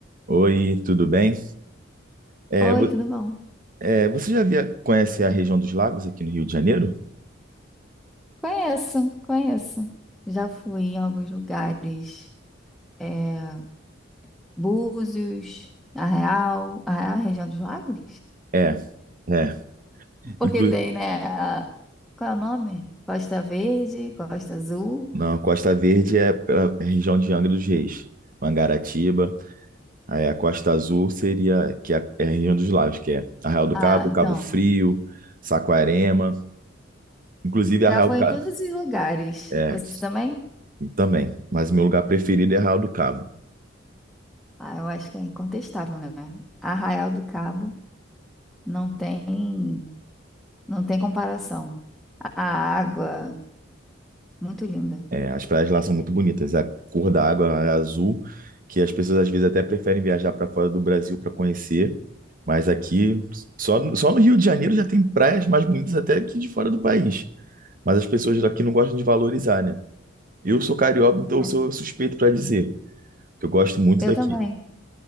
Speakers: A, on the right; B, in the centre.
A: Oi, tudo bem? É,
B: Oi,
A: vo-
B: tudo bom?
A: é, você já via- conhece a região dos lagos aqui no Rio de Janeiro?
B: Conheço, conheço. Já fui em alguns lugares. É, Búzios, Arraial. Arraial é a região dos lagos?
A: É, é.
B: Porque
A: Inclu
B: tem, né? a- qual é o nome? Costa Verde, Costa Azul.
A: não, a Costa Verde é pela região de Angra dos Reis, Mangaratiba. Aí a Costa Azul seria que é é a região dos lagos, que é Arraial do
B: Ah,
A: Cabo,
B: então.
A: Cabo Frio, Saquarema. Inclusive Arraial
B: Já fui
A: do Cabo.
B: em todos os lugares.
A: É,
B: Você também?
A: também. Mas meu lugar preferido é Arraial do Cabo.
B: Ah, eu acho que é incontestável, né? Arraial do Cabo não tem, não tem comparação. A água, muito linda.
A: É, as praias lá são muito bonitas. A cor da água é azul, que as pessoas às vezes até preferem viajar para fora do Brasil para conhecer. Mas aqui, só, só no Rio de Janeiro já tem praias mais bonitas até que de fora do país. Mas as pessoas daqui não gostam de valorizar, né? Eu sou carioca, então eu
B: É.
A: sou suspeito para dizer que eu gosto muito
B: Eu
A: daqui.
B: também.